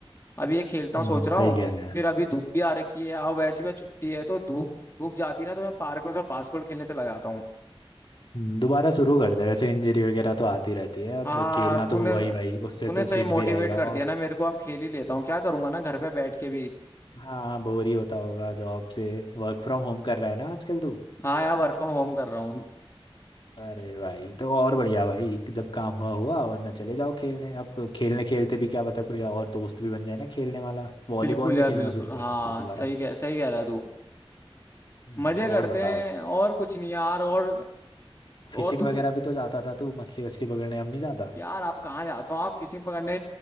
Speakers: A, on the left; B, on the left.
A: अभी ये खेलता
B: हम्म,
A: हूँ सोच रहा
B: सही
A: हूँ
B: कह रहे हैं
A: फिर अभी धूप भी आ रखी है अब वैसे भी छुट्टी है तो धूप धूप जाती है ना तो मैं पार्क में थोड़ा बास्केटबॉल खेलने चला जाता हूँ
B: हम्म, दोबारा शुरू कर दे वैसे इंजरी वगैरह तो आती रहती है अब
A: हाँ
B: खेलना तो
A: तूने
B: हुआ ही भाई उससे
A: तूने
B: तू
A: सही
B: फिट
A: मोटिवेट
B: भी रहेगा
A: कर दिया
B: और
A: ना मेरे को अब खेल ही लेता हूँ क्या करूंगा ना घर पे बैठ के भी
B: हाँ बोर ही होता होगा जॉब से वर्क फ्रॉम होम कर रहा है ना आजकल तू
A: हाँ यार वर्क फ्रॉम होम कर रहा हूँ
B: अरे भाई तो और बढ़िया भाई जब काम हुआ हुआ वरना चले जाओ खेलने अब खेलने खेलते भी क्या पता कोई और दोस्त भी बन जाए ना खेलने वाला वॉलीबॉल
A: बिल्कुल
B: भी
A: यार
B: खेलना
A: बिल्कुल
B: शुरू
A: हाँ
B: कर देते दोबारा
A: सही कह सही कह रहा है तू
B: हम्म,
A: मजे करते
B: और बता
A: हैं
B: भाई
A: और कुछ नहीं यार और
B: फिशिंग
A: और तू
B: वगैरह
A: क्या-
B: भी तो जाता था तू मछली वछली पकड़ने अब नहीं जाता
A: यार आप कहाँ जाते हो आप फिशिंग पकड़ने